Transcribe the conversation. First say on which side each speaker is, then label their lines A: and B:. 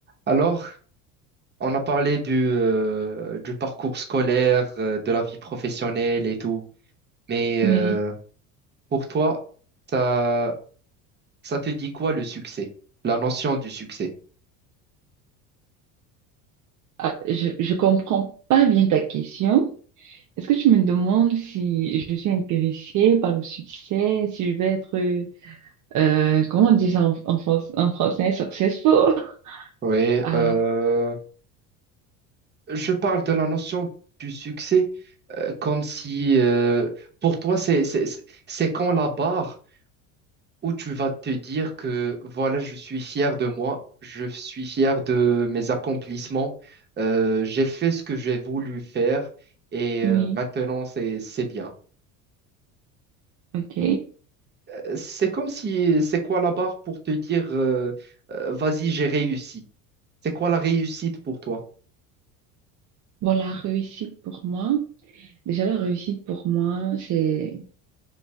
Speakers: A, on the right; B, on the right.
A: Alors, on a parlé du, euh, du parcours scolaire, euh, de la vie professionnelle et tout. Mais
B: Oui.
A: euh, pour toi, ça, ça te dit quoi le succès? La notion du succès?
B: Ah, je, je comprends pas bien ta question. Est-ce que tu me demandes si je suis intéressée par le succès, si je vais être, euh, comment on dit ça en, en, fran- en français, successful? <laughs>
A: Oui,
B: Ah,
A: euh, je parle de la notion du succès euh, comme si, euh, pour toi, c'est, c'est, c'est c'est quand la barre où tu vas te dire que voilà, je suis fier de moi, je suis fier de mes accomplissements, euh, j'ai fait ce que j'ai voulu faire et
B: oui,
A: euh, maintenant c'est c'est bien.
B: ok.
A: Euh, C'est comme si c'est quoi la barre pour te dire euh, euh, vas-y, j'ai réussi. C'est quoi la réussite pour toi?
B: Bon, la réussite pour moi, déjà la réussite pour moi, c'est